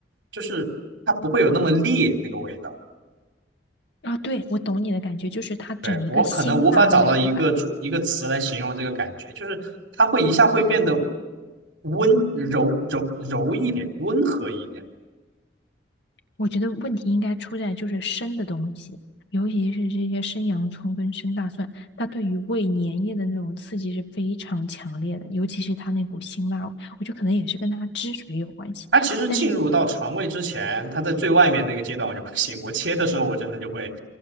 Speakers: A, on the right (about 80°); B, on the left (about 65°).
A: 就是它不会有那么烈那个味道。
B: 啊，对，我懂你的感觉，就是它整一个辛辣味，
A: 对，我可能无法找到一个中一个词来形容这个感觉，
B: 对吧？
A: 就是它会一下会变得温柔柔柔一点，温和一点。
B: 我觉得问题应该出在就是生的东西，尤其是这些生洋葱跟生大蒜，它对于胃粘液的那种刺激是非常强烈的，尤其是它那股辛辣味，我觉得可能也是跟它汁水有关系，
A: 它其实进入到肠胃之前，
B: 但是
A: 它在最外面那个阶段我就不行。我切的时候，我真的就会，